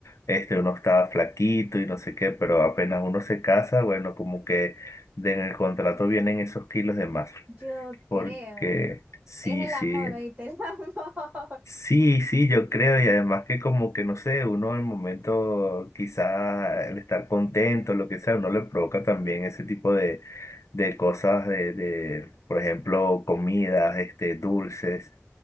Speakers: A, on the left; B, on the right.
A: este, uno estaba flaquito y no sé qué, pero apenas uno se casa, bueno, como que de en el contrato vienen esos kilos de más.
B: <laughs> Yo creo.
A: Porque sí,
B: Es el
A: sí.
B: amor, oíste, el amor.
A: Sí, sí, yo creo, y además que como que no sé, uno en el momento quizá el estar contento, lo que sea, uno le provoca también ese tipo de, de cosas de, de, por ejemplo, comidas, este, dulces,